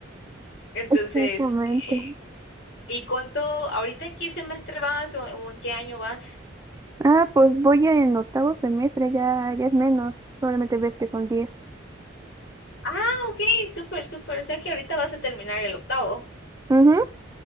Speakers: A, on the left; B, on the right.
A: Entonces,
B: Exactamente.
A: eh, ¿Y cuánto, ahorita en qué semestre vas o, o en qué año vas?
B: Ah, pues voy en octavo semestre, ya, ya es menos. Probablemente ves que son 10.
A: Ah, ok, súper, súper. O sea que ahorita vas a terminar el octavo.
B: Ujú.